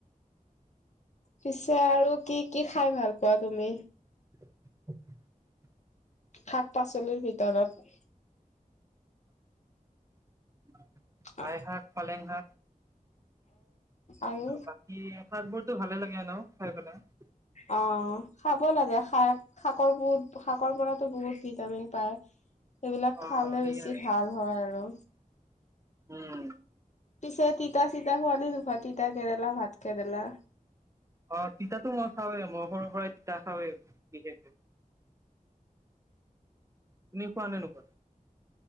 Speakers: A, on the left (about 55°); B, on the right (about 20°).
A: পিছে আৰু কি কি খাই ভাল পোৱা তুমি?
B: <inaudible>
A: শাক পাচলিৰ ভিতৰত।
B: <inaudible> লাই
A: অ
B: শাক পালেং শাক।
A: আৰু
B: বাকী শাক বোৰতো ভালে লাগে এনেও খাই পেলাই।
A: অ খাব লাগে শাক, শাকৰ বহুত শাকৰ পৰাতো বহুত ভিটামিন পায়। সেইবিলাক
B: অ
A: খালে
B: সেইয়াই
A: বেছি ভাল হয় আৰু।
B: উম।
A: পিছে তিতা চিতা খোৱা নে নোখোৱা তিতা কেৰেলা ভাত কেৰেলা?
B: অ তিতাতো মই খাওঁ মই সৰু পৰাই তিতা খাওঁৱে বিশেষকে। তুমি খোৱা নে নোখোৱা?